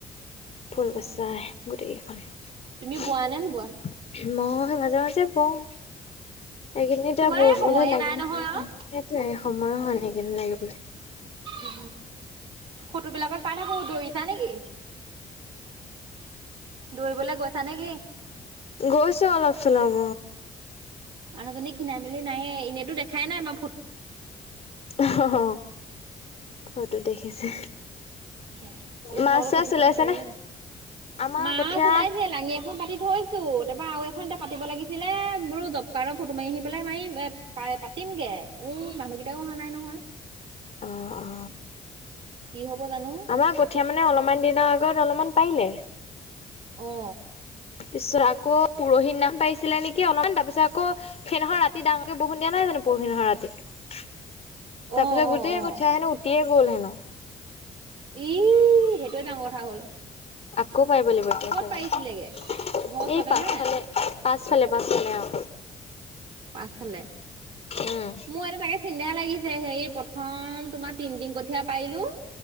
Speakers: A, on the left (about 40°); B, on the right (about 75°).
A: ফুল
B: অ',
A: বচাই গোটেইকেইখন মে
B: তুমি বোৱা নে নোবোৱা?
A: মাজে মাজে যে বওঁ সেইখিনি এতিয়া
B: তোমাৰ
A: ববলৈ
B: এই সময়ে
A: লাগিল
B: নাই নহয়
A: সময়
B: আৰু।
A: নাই সেইটয়ে সময়ো হয় সেইকিনি লাগিবলৈ
B: উ ফটো বিলাকত পাই থাকো ধৰিছা নেকি দৰিবলৈ গৈছা নেকি
A: গৈছো অলপ চলাব
B: মানুহজনী খীনাই মেলি নাই এনেইতো দেখাই নাই ব
A: অ ফটো দেখিছে।
B: ত
A: মাছ
B: তোমালোকৰ
A: চাছ
B: কঠীয়া
A: ওলাইছে
B: চথিয়া পাৰিলে
A: নে?
B: নাই?
A: আমাৰ
B: মাছ
A: কঠীয়া
B: ওলাইছে লাঙি এখন পাতি থৈছো তাৰপৰা আৰু এখন এতিয়া পাতিব লাগিছিলে বোলো জবকাৰ্ডৰ ফটো মাৰি আহি পেলাই মাৰি প পাতিমগে। এই মানুহকেইটাও অহা নাই নহয়।
A: আহ অ।
B: কি হব জানো
A: আমাৰ কঠীয়াা মানে অলপমান দিনৰ আগ আ অলপমান পাৰিলে।
B: অঁ।
A: তাৰপিছত আকৌ পৰহি নাম পাইছিলে নেকি অলপমান, তাৰপিছত আকৌ সেইদিখনৰ ৰাতি ডাঙৰকে বহুণ দিয়া নহয় জানো পৰহি নহৰ ৰাতি? তাৰ
B: অ
A: পিছত
B: অ
A: গোটেই
B: অ
A: কঠাই হেনো উঠিয়ে গল হেনো।
B: ই সেইটোৱে ডাঙৰ কথা হ'ল।
A: আকৌ পাৰিব লাগিব এতিয়া
B: ক'ত
A: চাগে।
B: পাৰিছিলেগে ঘৰ ওচতে
A: এই পাছফালে
B: নে?
A: পাছফালে পাছফালে অঁ।
B: পাছফালে
A: উম
B: মোৰ এতিয়া তাকে চিন্তাই লাগিছে হে প্ৰথম তোমাৰ তিনদিন কঠীয়া পাৰিলো।